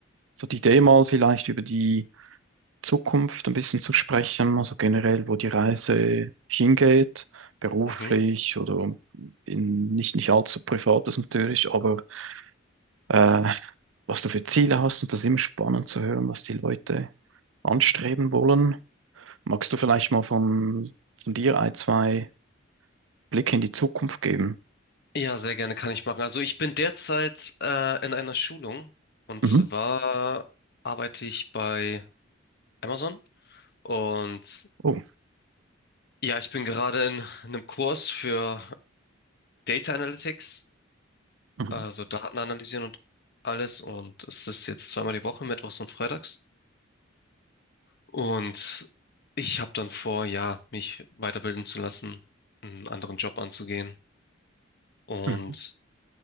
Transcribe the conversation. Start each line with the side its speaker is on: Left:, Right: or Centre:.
Right: So die Idee mal vielleicht über die Zukunft ein bisschen zu sprechen, also generell, wo die Reise hingeht, beruflich
Left: Mhm.
Right: oder in nicht, nicht allzu privates natürlich, aber äh, was du für Ziele hast und das ist immer spannend zu hören, was die Leute anstreben wollen. Magst du vielleicht mal von, von dir ein, zwei Blicke in die Zukunft geben?
Left: Ja, sehr gerne kann ich machen. Also ich bin derzeit äh, in einer Schulung und
Right: Mhm.
Left: zwar arbeite ich bei Amazon und
Right: Oh.
Left: ja, ich bin gerade in einem Kurs für Data Analytics.
Right: Mhm.
Left: also Daten analysieren und alles. Und es ist jetzt zweimal die Woche, mittwochs und freitags. Und ich habe dann vor, ja, mich weiterbilden zu lassen, einen anderen Job anzugehen und
Right: Mhm.